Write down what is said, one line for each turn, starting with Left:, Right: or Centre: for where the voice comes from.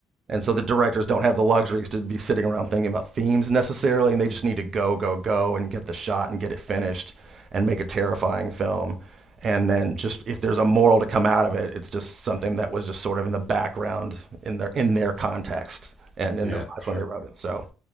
Right: And so the directors don't have the luxuries to be sitting around thinking about themes necessarily, and they just need to go, go, go and get the shot and get it finished and make a terrifying film. And then just if there's a moral to come out of it, it's just something that was just sort of in the background in their in their context and in
Centre: Yeah,
Right: their
Centre: for
Right: lives
Centre: sure.
Right: when they wrote it. So